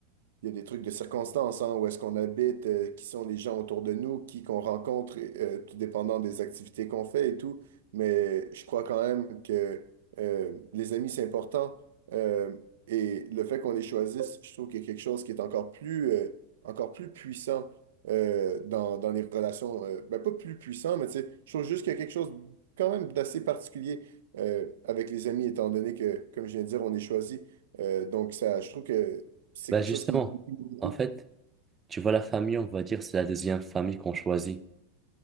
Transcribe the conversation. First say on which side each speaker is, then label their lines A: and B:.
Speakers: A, on the right (about 80°); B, on the right (about 15°).
A: il y a des trucs de circonstances, hein, où est-ce qu'on habite, euh, qui sont les gens autour de nous, qui qu'on rencontre, et, euh, tout dépendant des activités qu'on fait et tout. Mais je crois quand même que euh, les amis, c'est important. Euh, et le fait qu'on les choisisse, je trouve qu'il y a quelque chose qui est encore plus, euh, encore plus puissant euh, dans, dans les relations. euh, ben, pas plus puissant, mais tu sais, je trouve juste qu'il y a quelque chose quand même d'assez particulier euh, avec les amis, étant donné que, comme je viens de dire, on est choisi. Euh, donc, ça, je trouve que c'est
B: Bah
A: quelque
B: justement,
A: chose qui beaucoup.
B: en fait, tu vois, la famille, on va dire, c'est la deuxième famille qu'on choisit.